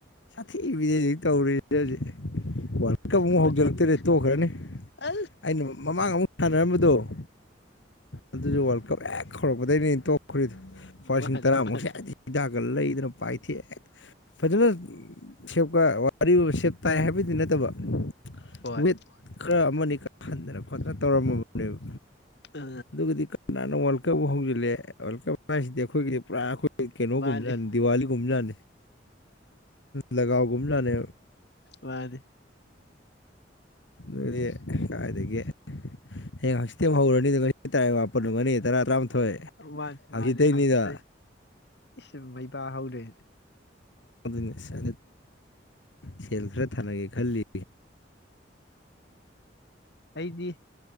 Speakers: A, on the left; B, on the left.
A: ꯁꯥꯊꯤꯕꯤꯅꯦ ꯍꯧꯖꯤꯛ ꯇꯧꯔꯤꯁꯦ ꯍꯧꯖꯤꯛ ꯋꯥꯔꯜ ꯀꯞ ꯑꯃꯨꯛ
B: ꯃꯖꯒꯤ
A: ꯍꯧꯖꯤꯜꯂꯛꯇꯣꯏꯅꯦ ꯇꯣꯛꯈ꯭ꯔꯅꯤ
B: ꯑ
A: ꯑꯩꯅ ꯃꯃꯥꯡ ꯑꯃꯨꯛ ꯁꯥꯟꯅꯔꯝꯕꯗꯣ ꯑꯗꯨꯁꯨ ꯋꯥꯔꯜ ꯀꯞ ꯍꯦꯛ ꯍꯧꯥꯎꯔꯛꯄꯗꯒꯤꯅꯦ ꯇꯣꯛꯈ꯭ꯔꯦꯗ ꯂꯨꯄꯥ ꯂꯤꯁꯤꯡ
B: ꯃꯥꯅꯦ
A: ꯇꯔꯥꯃꯨꯛꯁꯦ
B: ꯃꯥꯅꯦ
A: ꯌꯥꯝꯦꯗꯤ ꯍꯤꯗꯥꯛꯀ ꯂꯩꯗꯅ ꯄꯥꯏꯊꯤ ꯐꯖꯅ ꯁꯦꯞꯀ ꯋꯥꯔꯤ ꯁꯦꯞ ꯇꯥꯏ ꯍꯥꯏꯕꯗꯤ ꯅꯠꯇꯕ
B: ꯍꯣꯏ
A: ꯋꯤꯠ ꯃꯠ ꯀ꯭ꯔ ꯑꯃꯅꯤ ꯀ ꯑꯟꯗ꯭ꯔ ꯈꯠꯇ ꯇꯧꯔꯝꯣꯕꯨꯟꯗꯦꯕ
B: ꯑ
A: ꯑꯗꯨꯒꯒꯗꯤ ꯅꯪ ꯋꯥꯜ ꯀꯕꯨ ꯍꯧꯪꯒꯂꯦ ꯋꯥꯔꯜ ꯀꯞ ꯍꯥꯏꯁꯤꯗꯤ ꯑꯩꯈꯣꯏꯒꯤꯗꯤ ꯄꯨꯔꯥ ꯑꯩꯈꯣꯏ ꯀꯩꯅꯣꯒꯨꯝꯕ
B: ꯃꯥꯅꯦ
A: ꯗꯤꯋꯥꯂꯤ ꯨꯃꯖꯅꯦ ꯂꯒꯋ ꯨꯃꯖꯅꯦ
B: ꯃꯥꯅꯦ
A: ꯑꯗꯨꯗꯤ ꯀꯗꯥꯥꯏꯗꯒꯤ ꯍꯌꯦꯡ ꯍꯪꯆꯤꯛꯇꯤ ꯑꯃ ꯍꯧꯔꯅꯤꯗ ꯉꯁꯤ ꯇꯔꯥꯏ ꯋꯥꯄ ꯄꯟꯒꯅꯤ ꯇꯔꯥ ꯇꯔꯥꯃꯥꯊꯣꯏ
B: ꯃꯥꯅꯦ
A: ꯍꯪꯆꯤꯇꯩꯅꯤꯗ
B: ꯃꯥꯅꯦ ꯍꯥꯡꯆꯤꯠ ꯏꯁ ꯃꯩꯕ ꯍꯧꯔꯦ
A: ꯅꯤꯁ ꯁꯦꯜ ꯈꯔ ꯊꯥꯅꯒꯦ ꯈꯜꯂꯤ
B: ꯑꯩꯗꯤ